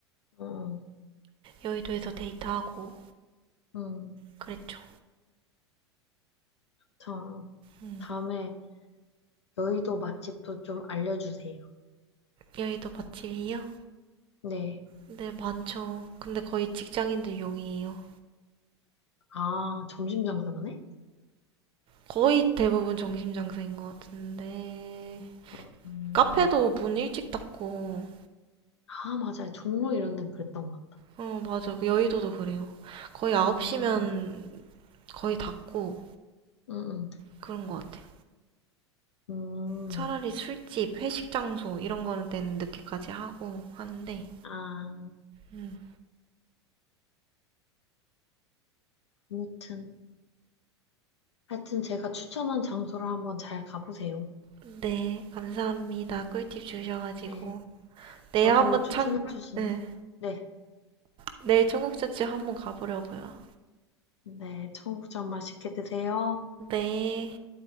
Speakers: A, on the left (about 75°); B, on the right (about 35°).
A: 어,
B: 여의도에서 데이트하고
A: 음,
B: 그랬죠
A: 자,
B: 음
A: 다음에 여의도 맛집도 좀 알려주세요.
B: 여의도 맛집이요?
A: 네.
B: 네 많죠 근데 거의 직장인들 용이에요
A: 아, 점심 장사만해?
B: 거의 대부분 정신장사인 것 같은데
A: 어, 음,
B: 카페도 문 일찍 닫고,
A: 아, 맞아요. 종로 이런 데는 그랬던 것 같다.
B: 어, 맞아. 그 여의도도 그래요. 거의 9시면
A: 음,
B: 거의 닫고
A: 음,
B: 그런 것 같아요.
A: 음, 음,
B: 차라리 술집, 회식 장소 이런 거는 때는 늦게까지 하고 하는데,
A: 아,
B: 음.
A: 아무튼. 하여튼 제가 추천한 장소를 한번 잘 가보세요.
B: 네, 감사합니다. 꿀팁 주셔가지고.
A: 네.
B: 내일
A: 저도
B: 한번
A: 추천해주신,
B: 창, 네.
A: 네.
B: 내일 청국전집 한번 가보려고요.
A: 네. 청국장 맛있게 드세요.
B: 네,